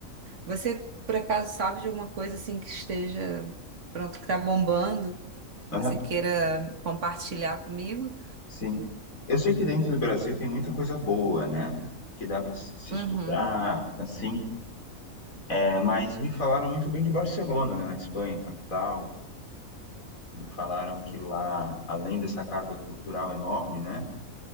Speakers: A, on the right (about 60°); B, on the left (about 70°).
A: Você, por acaso, sabe de alguma coisa assim que esteja pronto, que está bombando, que
B: Aham,
A: você queira compartilhar comigo?
B: sim. Eu sei que dentro do Brasil tem muita coisa boa, né? Que dá para se explorar,
A: Uhum,
B: assim. É, mas me falaram muito bem de Barcelona, né, na Espanha, capital. Me falaram que lá, além dessa carga cultural enorme, né?